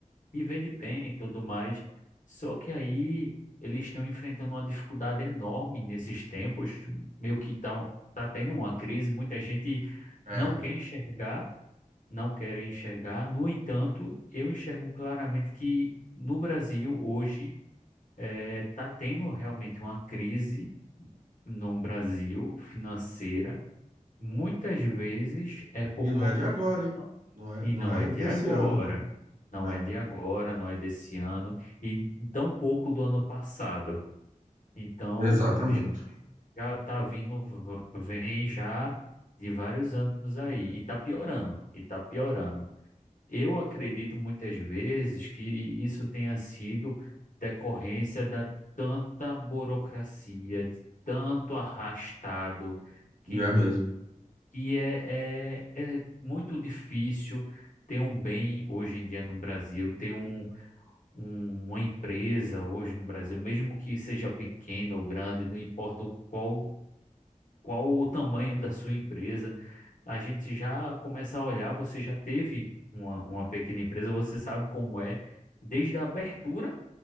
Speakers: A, on the left (about 70°); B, on the right (about 80°).
A: E vende bem e tudo mais. Só que aí eles estão enfrentando uma dificuldade enorme nesses tempos, meio que tá, tá tendo uma crise, muita gente
B: É.
A: não quer enxergar, não quer enxergar. No entanto, eu enxergo claramente que no Brasil hoje é, tá tendo realmente uma crise no Brasil financeira. Muitas vezes é por
B: E não
A: conta
B: é de agora,
A: de.
B: hein? Não é,
A: E
B: não
A: não
B: é
A: é de
B: desse
A: agora.
B: ano, né?
A: Não
B: É,
A: é de agora, não é desse ano. E tão pouco do ano passado. Então,
B: exatamente.
A: já, já tá vindo, v- vem já de vários anos aí. E tá piorando. E tá piorando. Eu acredito muitas vezes que isso tenha sido decorrência da tanta burocracia, de tanto arrastado, que,
B: E é mesmo.
A: que é, é, é muito difícil ter um bem hoje em dia no Brasil, ter um, um- uma empresa hoje no Brasil, mesmo que seja pequena ou grande, não importa o qual, qual o tamanho <laughs> da sua empresa a gente já começa a olhar, você já teve uma, uma pequena empresa, você sabe como é, desde a abertura